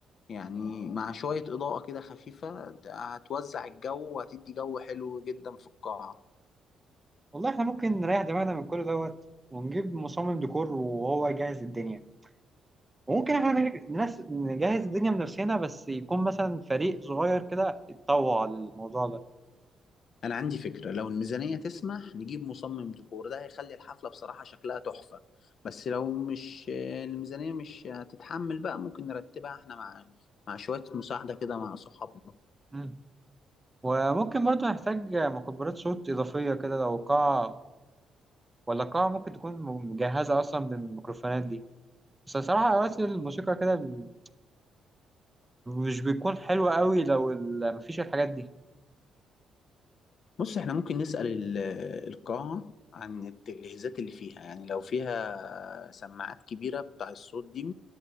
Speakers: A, on the left (about 55°); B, on the right (about 15°).
A: يعني مع شويه اضاءه كده خفيفه هتوزع الجو وهتدي جو حلو جدا في القاعه
B: والله إحنا ممكن نريح دماغنا من كل دوت ونجيب مصمم ديكور وهو يجهز الدنيا وممكن إحنا نج- نس- نجهز الدنيا بنفسنا بس يكون مثلا فريق صغير كده يتطوع للموضوع ده
A: انا عندي فكره لو الميزانيه تسمح نجيب مصمم ديكور ده هيخلي الحفله بصراحه شكلها تحفه بس لو مش الميزانيه مش هتتحمل بقى ممكن نرتبها احنا مع مع شويه مساعده كده مع صحابنا
B: مم. وممكن برضه نحتاج مكبرات صوت إضافية كده لو قاعة ولا قاعة ممكن تكون مجهزة أصلا بالميكروفونات دي بس الصراحة أوقات الموسيقى كده ب- مش بيكون حلوة قوي لو ال- مفيش الحاجات دي
A: بص احنا ممكن نسأل ال- القاعة عن التجهيزات اللي فيها يعني لو فيها سماعات كبيرة بتاع الصوت دي